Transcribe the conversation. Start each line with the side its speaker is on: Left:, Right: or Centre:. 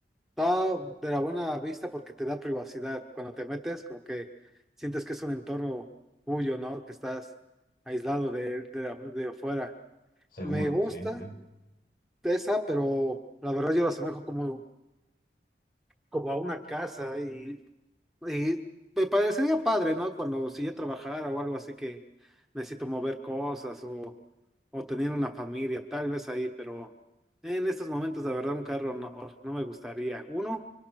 Centre: está de la buena vista porque te da privacidad. Cuando te metes, como que sientes que es un entorno tuyo, ¿no? Que estás aislado de, de, la- de afuera.
Left: Seguro,
Centre: Me gusta
Left: sí, sí.
Centre: esa, pero la verdad yo lo asemejo como, como a una casa y Y me parecería padre, ¿no? Cuando si ya trabajara o algo así que necesito mover cosas o, o tener una familia, tal vez ahí, pero en estos momentos, la verdad, un carro no, no me gustaría. Uno,